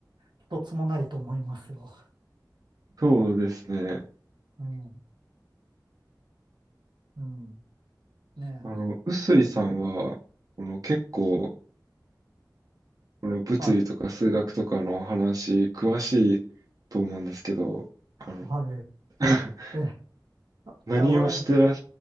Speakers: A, on the right; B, on the right.
A: 一つもないと思いますよ。
B: そうですね。
A: うん、うん、ね
B: あの、臼井さんは、この結構、この物理とか数学とかの話、
A: え、はい、
B: 詳しいと思うんですけど、あの、
A: は
B: <laughs>
A: い。え、
B: 何をしてらっ、
A: いや、わ